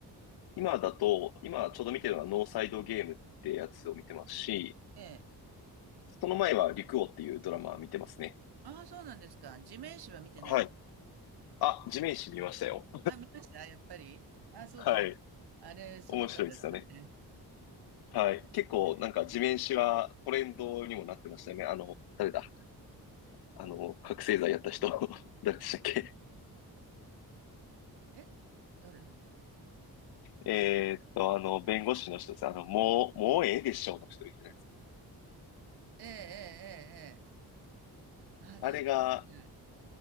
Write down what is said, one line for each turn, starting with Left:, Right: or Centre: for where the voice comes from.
Left: 今だと、今ちょうど見てるのはノーサイドゲームってやつを見てますし、
Right: ええ。
Left: その前は陸王っていうドラマ見てますね。
Right: ああ、そうなんですか。地面師は見てないです。
Left: はい。あ、地面師見ましたよ。
Right: あ、見ましたやっぱり。ああ、そうです。
Left: はい。
Right: あれ、すごかったですよね。
Left: 面白いですよね。はい。結構なんか地面師はトレンドにもなってましたよね。
Right: え、
Left: あの、誰だあの、覚醒剤やった人、<laughs> 誰でしたっけ
Right: え誰だろう
Left: えーっと、あの、弁護士の人です。あの、もう、もうええでしょうの人いるじゃないですか。
Right: ええ、ええ、ええ。ああ、名前が出てない。
Left: あれが、